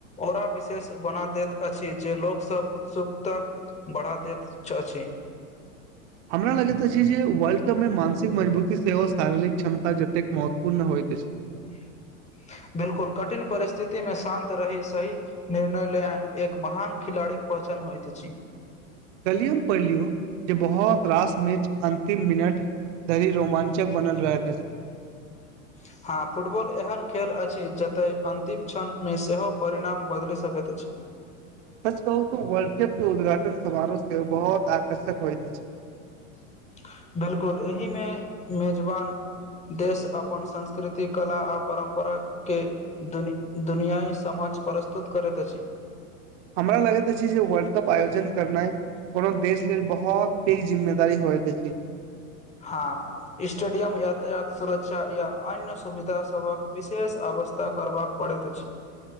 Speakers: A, on the left (about 15°); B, on the right (about 55°).
A: ओरा विशेष बना दैत अछि। जे लोकसभ उत्सुकता बढ़ा दैत अछि।
B: हमरा लगैत अछि जे वर्ल्ड कप मे मानसिक मजबूती सेहो शारीरिक क्षमता जतेक महत्वपूर्ण होइत अछि।
A: <inaudible> बिलकुल कठिन परिस्थिति में शान्त रहि सही निर्णय लेनाइ एक महान खिलाड़ीक पहचान चान होईत अछि।
B: कल्ही हम पढ़लियो जे बहुत रास मैच अंतिम मिनट धरी रोमांचक बनल रहत अछि
A: <inaudible> हँ फुटबॉल एहन खेल अछि जतय अन्तिम क्षणमे सेहो परिणाम बदलि सकैत अछि। <inaudible>
B: सच कहू तो वर्ल्ड कप के उद्घाटन समारोह सेहो बहुत आकर्षक होइत अछि
A: <inaudible> बिलकुल एहि मे मेजबान देश अपन संस्कृति, कला आ परम्परा के दुनि दुनियाई समक्ष प्रस्तुत करैत अछि।
B: हमरा लगैत अछि जे वर्ल्ड कप आयोजन करनाइ कोनो देश लेल बहोत पैघ जिम्मेदारी होइत अछि।
A: हाॅं स्टेडियम, यातायात, सुरक्षा या अन्य सुविधा सभक विशेष अ व्यवस्था करबाक पड़ैत अछि।